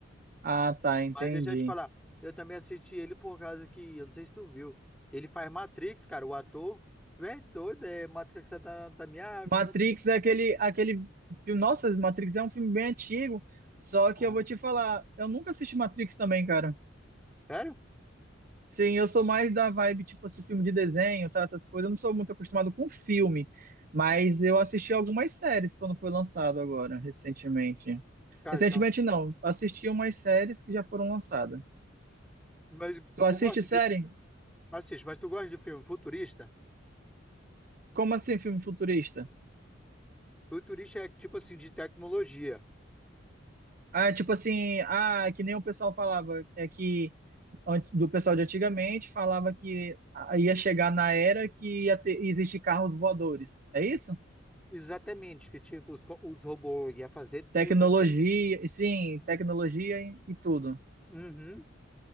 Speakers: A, on the right (about 45°); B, in the centre.
A: Ah, tá, entendi.
B: Mas deixa eu te falar, eu também assisti ele por causa que, eu não sei se tu viu, ele faz Matrix, cara, o ator, tu é doido, é Matrix é da, da minha vida.
A: Matrix é aquele, aquele. filme- Nossa, Matrix é um filme bem antigo. Só
B: Uhum.
A: que eu vou te falar, eu nunca assisti Matrix também, cara.
B: Sério?
A: Sim, eu sou mais da vibe, tipo, esse filme de desenho, tá? Essas coisas. Eu não sou muito acostumado com filme. Mas eu assisti algumas séries quando foi lançado agora, recentemente.
B: Cara,
A: Recentemente
B: então,
A: não, assisti umas séries que já foram lançadas.
B: mas
A: Tu assiste
B: tu gosta
A: série?
B: de, assiste, mas tu gosta de filme futurista?
A: Como assim, filme futurista?
B: Futurista é tipo assim, de tecnologia.
A: Ah, tipo assim, ah, que nem o pessoal falava, é que antes- do pessoal de antigamente falava que a- ia chegar na era que ia ter, ia existir carros voadores. É isso?
B: Exatamente, que tipo, os, co- os robôs iam fazer tudo
A: Tecnologia,
B: pra gente.
A: sim, tecnologia e, e tudo.
B: Uhum.